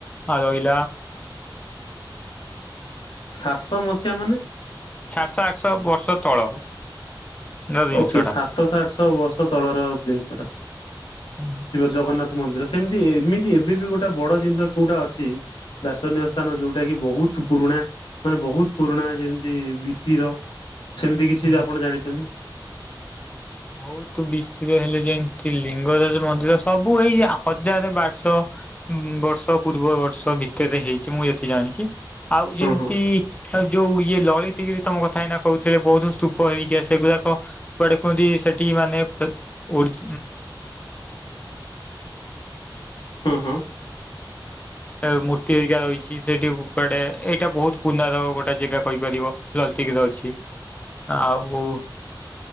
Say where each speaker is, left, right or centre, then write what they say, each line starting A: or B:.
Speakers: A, on the left; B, on the left.
A: ଆଉ‌ ରହିଲା
B: ସାତଶ ମସିହା ମାନେ?
A: ସାତଶ ଆଠଶ ବର୍ଷ ତଳ ର ଜିନିଷ
B: ଓକେ ସାତ ଆଠଶ ବର୍ଷ ତଳର ଜିନିଷ ଟା।
A: ହଁ
B: ଜଗନ୍ନାଥ ମନ୍ଦିର ସେମିତି ଏମିତି ଏବେ ବି ଗୋଟେ ବଡ ଜିନିଷ କଉଟା ଅଛି ଦାର୍ଶନୀୟ ସ୍ଥାନ ଯଉ ଯଉଟା କି ବହୁତ୍ ପୁରୁଣା ମାନେ ବହୁତ୍ ପୁରୁଣା ଯେମିତି ବିଶି ର ସେମିତି କିଛି
A: ଟା।
B: ଆପଣ ଜାଣିଚନ୍ତି?
A: ବହୁତୁ ବିଶି ହେଲେ ଯେମତି ଲିଙ୍ଗରାଜ ମନ୍ଦିର ସବୁ ଏଇ ଆ-ହଜାରେ ବାର୍ ଶ ଉଁ- ବର୍ଷ ପୂର୍ବ ବର୍ଷ ଭିତେରେ ହେଇଚି ମୁଁ ଏଠି ଜାଣିଚି ଆଉ ଯେମିତି
B: ହଁ ହଁ
A: ଆଉ ଯଉ ଇଏ ଲଳିତିଗିରି ତମ କଥା ଏଇନା କହୁଥିଲେ ବହୁତୁ ସ୍ତୂପ ହେଇକି ଆସେ ସେଗୁରାକ <unintelligible> ତା ନିଜସ୍ୱ <unintelligible>
B: ହଁ ହଁ
A: ଏ ମୂର୍ତ୍ତି ହେରିକା ରହିଚି ସେଇଠି କୁଆଡେ ଏଇଟା ବହୁତ୍ ପୁନାର ଗୋଟେ ଜାଗା କହିପାରିବ। ଲଳିତିଗିରି ରେ ଅଛି ଆଉ